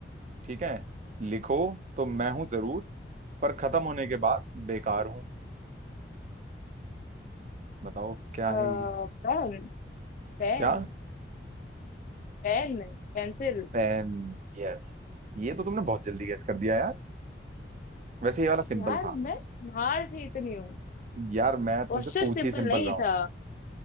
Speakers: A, on the right; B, on the left.
A: ठीक है लिखो तो मैं हूं जरूर पर खत्म होने के बाद बेकार हूं बताओ क्या
B: हाँ
A: है ये
B: पेन पेन
A: क्या
B: पेन पेंसिल
A: पेन यस ये तो तुमने बहुत जल्दी गेस कर दिया यार वैसे ये वाला सिंपल
B: यार
A: था
B: मैं स्मार्ट ही इतनी हूँ
A: यार मैं तुमसे
B: क्वेश्चन
A: पूछ
B: सिंपल
A: ही सिंपल
B: नहीं
A: रहा
B: था